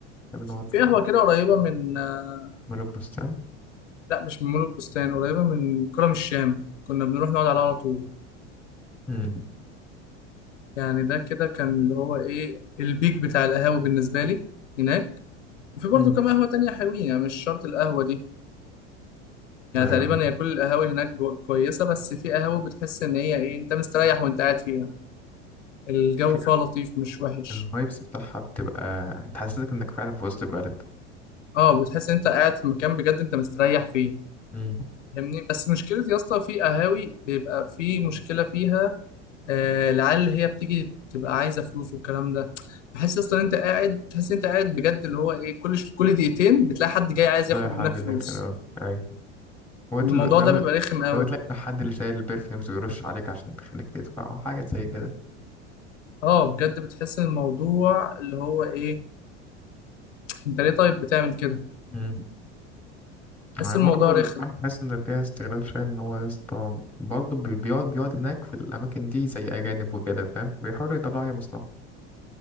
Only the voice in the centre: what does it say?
طب نقعد
في
مول البستان
مم.
مم.
ايوه
في
الفايبس بتاعها بتبقى تحسسك انك فعلا في وسط البلد
مم.
لا
حد
داخل
اه ايوه وتل-
ده
وتلاقي الحد اللي شايل البرفيومز ويرش عليك عشان تخليك تدفع أو حاجة زي كده
مم.
يعني
برضه الأمن
بحس إن فيها استغلال شوية إن هو يا اسطى برضه بي- بيقعد بيقعد هناك في الأماكن دي زي أجانب وكده فاهم بيحاولوا يطلعوا أي مصلحة